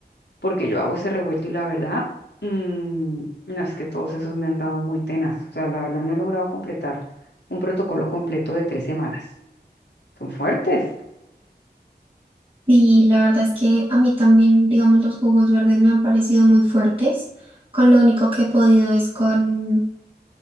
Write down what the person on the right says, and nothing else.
Y la verdad es que a mí también, digamos, los jugos verdes me han parecido muy fuertes. Con lo único que he podido es con,